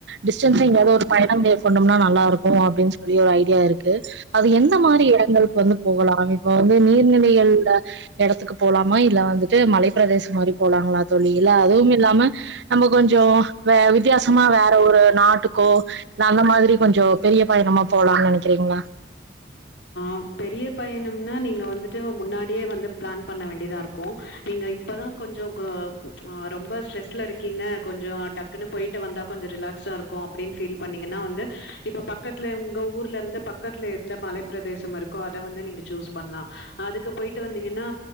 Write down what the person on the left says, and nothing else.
ம் பெரிய பயணம்னா நீங்க வந்துட்டு முன்னாடியே வந்து பிளான் பண்ண வேண்டியதா இருக்கு நீங்க இப்பதா கொஞ்சோ ஆ ரொம்ப ஸ்ரெஸ்ல இருக்கீங்க கொஞ்சோ டக்குன்னு போயட்டு வந்தா கொஞ்சோ ரிலாக்ஸா இருக்கு அப்படின்னு பீல் பண்ணீங்கன்னா வந்து இப்ப பக்கத்துல உங்க ஊர்ல இருந்து பக்கத்துல இருந்து மலைப்பிரதேசம் இருக் அத வந்து நீங்க சூயூஸ் பண்ணலா அதுக்கு போயிட்டு வந்தீங்கன்னா